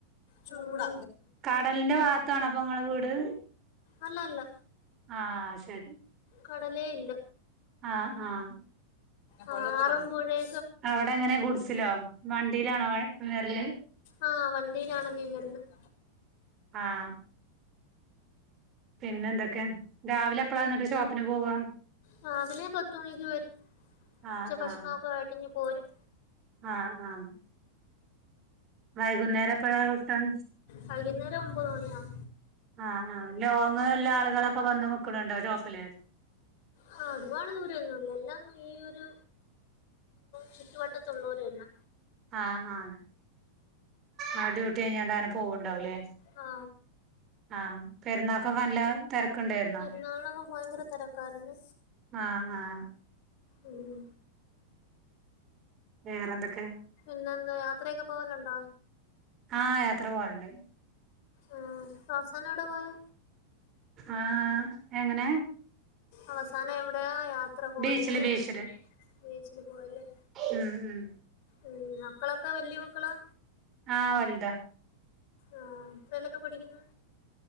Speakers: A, on the left; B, on the right.
A: ചൂടാ
B: കടലിന്റെ ഭാഗത്താണോ അപ്പൊ നിങ്ങളെ വീട്
A: അല്ല അല്ല
B: ആഹ് ശരി
A: കടലേ ഇല്ല
B: ആഹ് - ആഹ്
A: മാറുമ്പൊഴേ
B: അവിടെ എങ്ങനെ കുടിച്ചിലോ വണ്ടിയിലാണോ വെരല്
A: ആ വണ്ടിയിലാണ് മീൻ വരുന്നത്
B: ആഹ് പിന്നെ എന്തൊക്കെ രാവിലെ എപ്പളാ വന്നിട്ട് ഷോപ്പിന് പോവ
A: രാവിലെ പത്തുമണിക്ക് വരും ഉച്ച
B: ആഹ്
A: ഭക്ഷണൊക്കെ
B: ആഹ്
A: ആയിട്ട് ഇങ്ങ് പോരും
B: ആഹ്- ആഹ് വൈകുന്നേരം എപ്പഴ റിട്ടൺ
A: വൈകുന്നേരം ഒമ്പത് മണിയാവും
B: ആഹ്- ആ ലോങ് ഒല്ല ആളുകളൊക്കെ വന്ന് മുക്കണണ്ടോ ഷോപ്പില്
A: ആ ഒരുപാട് ദൂരൊന്നുംല്ല എല്ലാം ഈ ഒരു ചുറ്റുവട്ടത്തുള്ളവര് തന്ന
B: ആഹ് ആഹ് ആ ഡ്യൂട്ടി കഴിഞ്ഞാണ്ട് ആന് പോവുണ്ടാവുലേ
A: ആ
B: ആ പെരുന്നാക്കൊക്കെ നല്ല തെരക്കുണ്ടായിരുന്നോ
A: പെരുന്നാളിനൊക്കെ ഭയങ്കര തിരക്കാര്ന്ന്
B: ആഹ് -ആഹ്
A: ഉം
B: വേറെ എന്തൊക്കെ
A: പിന്നെ എന്തോ യാത്രയൊക്കെ പോവലുണ്ടോ
B: ആ യാത്ര പോവലുണ്ട്
A: ആ അവസാനം എവിടെ പോയെ
B: ആ എങ്ങനെ
A: അവസാനം എവിടെയാ യാത്ര പോയത്
B: ബീച്ചില് ബീച്ചില്
A: ബീച്ചിൽ പോയല്ലേ
B: ഉം ഉം
A: ഉം മക്കളൊക്കെ വലിയ മക്കളാ
B: ആഹ് വലുതാ
A: ആ എത്രെലൊക്കെ പഠിക്ക്ന്ന്‌